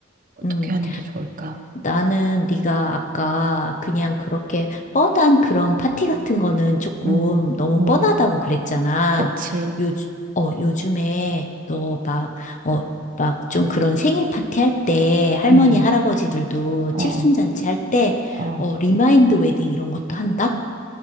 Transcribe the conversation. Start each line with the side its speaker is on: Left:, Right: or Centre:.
Right: 어떻게
Left: 음,
Right: 하는 게 좋을까?
Left: 나는 네가 아까 그냥 그렇게 뻔한 그런 파티 같은 거는 조금
Right: 음,
Left: 너무
Right: 음,
Left: 뻔하다고 그랬잖아.
Right: 그치.
Left: 요즘, 어, 요즘에 너 막, 어, 막 좀 그런 생일 파티 할 때, 할머니,
Right: 음,
Left: 할아버지들도
Right: 어,
Left: 칠순잔치 할 때,
Right: 어.
Left: 어, 리마인드 웨딩 이런 것도 한다?